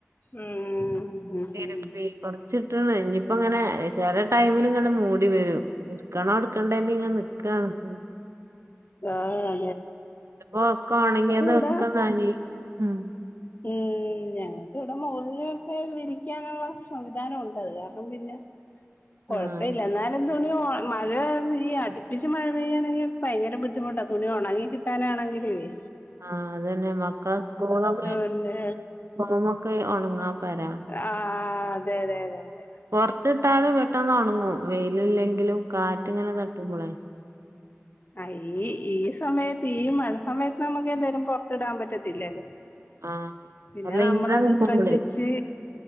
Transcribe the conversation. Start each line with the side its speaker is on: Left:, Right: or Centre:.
Left: ഉം ഉം
Right: തിപ്പ
Left: ഉം
Right: കുറച്ചിട്ടണ് ഇനിപ്പോ ഇങ്ങനെ ചെല ടൈമിലും ഇങ്ങനെ മൂടി വരും എടുക്കണോ എടുക്കണ്ടേ ല്ലിങ്ങനെ നിക്കാണ്
Left: ആഹ്‌
Right: ഇതിപ്പോക്ക ഉണങ്ങിയതൊക്കെ
Left: ഇവിടെ
Right: നനിം ഉം
Left: ഉം ഞങ്ങൾക്കിവിടെ മോൾലോക്കേ വിരിക്കാനുള്ള സംവിധാനം ഉണ്ട് അത് കാരണം പിന്നെ കൊഴപ്പല്ല
Right: ആഹ്
Left: എന്നാലും തുണി ഒ മഴ ഈ അടുപ്പിച്ച് മഴ പെയ്യണെങ്കിൽ ഭയങ്കര ബുദ്ധിമുട്ടാ തുണി ഒണങ്ങി കിട്ടാനാണെങ്കിലോയ്
Right: ആഹ്‌ അതന്നെ മക്കളെ സ്കൂളും
Left: ഉണ്ട്
Right: റൂമൊക്കെ ഉണങ്ങാൻ പരാണ്
Left: ആ അതെ അതെ അതെ അതെ
Right: പൊർത് ഇട്ടാലും പെട്ടെന്ന് ഉണ്ടാങും വെയില് ഇല്ലെങ്കിലും കാറ്റ് ഇങ്ങനെ തട്ടുമ്പളേ
Left: ആഹ് ഈ ഈ സമയത്ത് ഈ മഴ സമയത്ത് നമുക്ക് എന്തായാലും പൊറത്തിടാൻ പറ്റത്തില്ലല്ലോ
Right: ആഹ്
Left: പിന്നെ
Right: അല്ല
Left: നമ്മളത്
Right: ഇങ്ങനെ നിക്കുമ്പളേ
Left: ശ്രദ്ധിച്ച്